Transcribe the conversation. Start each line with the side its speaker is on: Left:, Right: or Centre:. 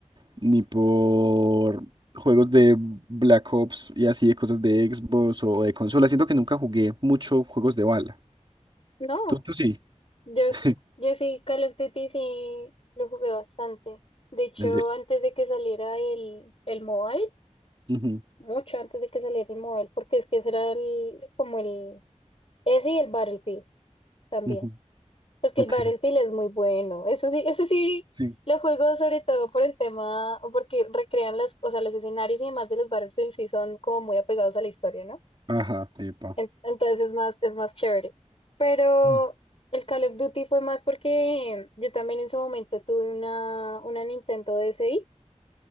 Right: ni por juegos de Black Ops y así de cosas de Xbox o de consola. Siento que nunca jugué mucho juegos de bala.
Left: No,
Right: Tú, tú sí.
Left: yo
Right: <laughs>
Left: sí. Yo sí, Call of Duty sí lo jugué bastante. De hecho,
Right: El de.
Left: antes de que saliera el, el mobile,
Right: Ujú,
Left: mucho antes de que saliera el mobile, porque es que ese era el, como el, ese y el Battlefield. También.
Right: ujú,
Left: Porque
Right: Ok.
Left: el Battlefield es muy bueno. Eso sí, eso sí
Right: Sí.
Left: lo juego sobre todo por el tema, o porque recrean las, o sea, los escenarios y demás de los Battlefield sí son como muy apegados a la historia, ¿no?
Right: Ajá, epa.
Left: En- entonces es más, es más chévere. Pero
Right: Ujú,
Left: el Call of Duty fue más porque yo también en su momento tuve una, una Nintendo DSi